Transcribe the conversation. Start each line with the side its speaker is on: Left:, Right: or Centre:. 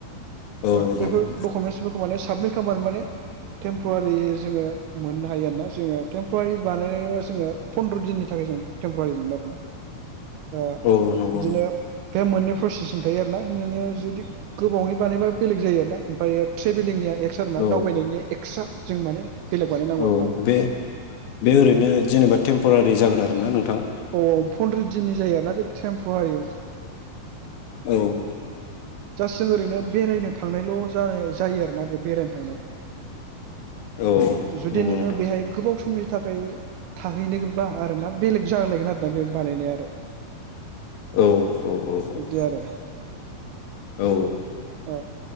Left: औ
Right: ओ बैफोर
Left: नंगौ
Right: डकुमेन्टसफोरखौ माने साबमिट खालामबानो माने, टेमप्रवारि जोङो मोननो हायो आरोना जोङो टेमप्रवारि बानायनाया जोङो फन्द्र दिननि थाखाय जों टेमप्रवारि मोनो आरोना ओ
Left: औ नंगौ
Right: बिदिनो बे मोननै प्रसेसजों थायो आरोना नोङो जुदि गोबावनि बानायबा बेलेग जायो आरोना ओमफ्रायो ट्रेभेलिंनिया एक्स्रा आरो ना
Left: औ
Right: दावबायनायनि एक्स्रा। जों माने बेलेग बानायनांगौ
Left: औ
Right: आरोना
Left: बे बे ओरैनो जेनेबा टेम्परारि जागोन आरोना नोंथां।
Right: औ फन्द्र दिननि जायो आरोना बे टेमप्रवारि
Left: औ
Right: जास्ट जों ओरैनो बेरायनो थांनायल जा-जायो आरोना बे बेरायनो थांनाय
Left: औ
Right: जुदि
Left: नंगौ
Right: नोङो
Left: नोंथां
Right: बेहाय गोबाव समनि थाखाय थाहैनोबा आरोना बेलेग जालायगोन आरोदा बेक बानायनाया आरो
Left: औ, औ, औ,
Right: बिदि
Left: औ।
Right: आरो
Left: औ।
Right: औ